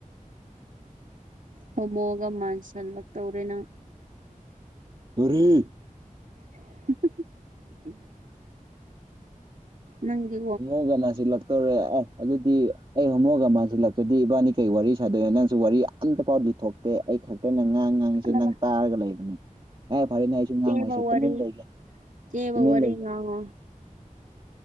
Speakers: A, on the right; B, on the right.
A: ꯍꯣꯃꯣꯒ ꯃꯥꯟꯁꯟꯂꯛꯇꯧꯔꯦ ꯅꯪ
B: ꯑꯔꯦ
A: <unintelligible> ꯅꯪꯗꯤ
B: ꯍꯣꯃꯣꯒ ꯃꯥꯟꯁꯤꯜꯂꯛ ꯇꯧꯔꯦ ꯑꯥ ꯑꯗꯨꯗꯤ ꯑꯩ ꯍꯣꯃꯣꯒ ꯃꯥꯥꯟꯁꯜꯂꯛꯇꯗꯤ ꯏꯕꯥꯅꯤ ꯀꯩ ꯋꯥꯔꯤ ꯁꯥꯗꯣꯏꯅꯣ ꯅꯪꯁꯨ ꯋꯥꯔꯤ ꯑꯝꯇ ꯐꯥꯎ ꯂꯤꯊꯣꯛ ꯇꯦ ꯑꯩ ꯈꯛꯇꯅ ꯉꯥꯡ ꯉꯥꯡ ꯅꯪꯁꯨ
A: ꯑꯂꯥꯂꯥ
B: ꯅꯪ ꯇꯥꯔꯒ ꯂꯩꯕꯅꯦ ꯑꯦ ꯐꯔꯦꯅꯦ ꯑꯩꯁꯨ ꯉꯥꯡꯉꯣꯏ
A: ꯀꯦꯕ
B: ꯑꯩꯁꯨ
A: ꯋꯥꯔꯤ
B: ꯇꯨꯃꯤꯟꯅ ꯂꯩꯒꯦ
A: ꯀꯦꯕ
B: ꯇꯨꯃꯤꯟ
A: ꯋꯥꯔꯤ
B: ꯂꯩꯒꯦ
A: ꯉꯥꯡꯉꯣ